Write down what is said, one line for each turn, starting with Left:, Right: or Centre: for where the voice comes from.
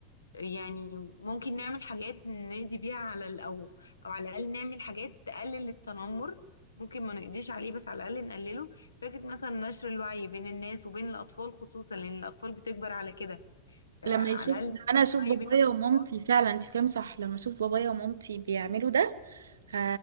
Left: يعني ممكن نعمل حاجات نقضي بيها على ال- او او على الاقل نعمل حاجات تقلل التنمر ممكن ما نقضيش عليه بس على الاقل نقلله فكره مثلا نشر الوعي بين الناس وبين الاطفال خصوصا لان الاطفال بتكبر على كده فعلى
Right: لما يشوف لما
Left: الاقل نشر
Right: انا اشوف بابايا
Left: الوعي بين الاطفال
Right: ومامتي فعلا انت فاهم صح لما اشوف بابايا ومامتي بيعملوا ده ه...